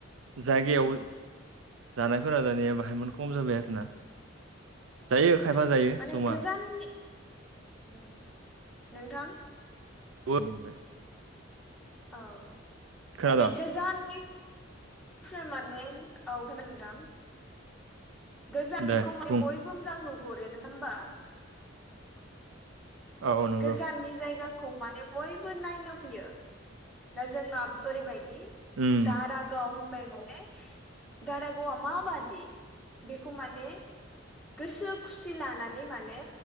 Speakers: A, on the right; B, in the centre.
A: जायगायाव
B: उम
A: जानायफोरा दानिया बाहायमोन खम जाबाय आरोना। जायो खायफा जायो
B: माने
A: जमा।
B: गोजाननि उम नोंथां
A: <unintelligible>
B: औ
A: खोनादों
B: माने गोजाननि फ्राय माने औ खोनादों नोंथां। गोजाननिखौ
A: दे
B: माने
A: बुं
B: बयबो मोजां नुहरो नङा होमबा?
A: औ नंगौ
B: गोजाननि जायगाखौ माने बय बो नायनो फैयो दा जोंना ओरैबायदि
A: उम
B: दारागाव होनबाय माने दारागावआ माबादि बेखौ माने गोसो खुसि लानानै माने